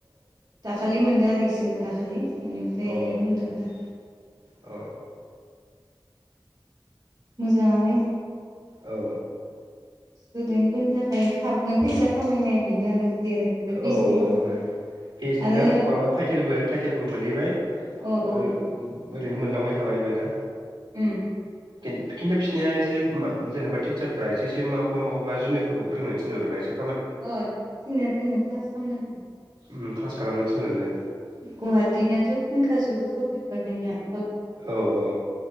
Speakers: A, on the right (about 45°); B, on the right (about 75°).
A: दाखालि मोनदों आरो इसोर दाखालि। खालि बेनिफ्राय
B: अ
A: बुंदोंमोनना।
B: अ
A: मोजांङानो।
B: औ।
A: स्टुदेन्टफोरनि थाखाय थाबनो फैसा खामायनाया बेनो आरो। जेरैबो पि ओइस
B: औ औ
A: डि खालामनाय टाइमाव
B: पिज दि
A: आरो
B: ना माबा थाइटेल थाइटेलबो मोनहैबाय
A: औ औ
B: ओरैनो मोनलांबाय थाबायबो ना।
A: ओम।
B: खिन्थु खिन्थु बिसनिया एसे मा जेनेबा टिचारफ्रा एसे एसे माखौबा माखौबा जुनियरफोरखौ फोरोंनो थिहरो ना इसो
A: अ थिनो थिनो ख्लास खामनो होयो।
B: ओम क्लास खालामनो थिनहरो।
A: गुवाहाटिनियाथ' थिंखाजोबो सब दिडिपार्टमेन्टनिया।
B: औ औ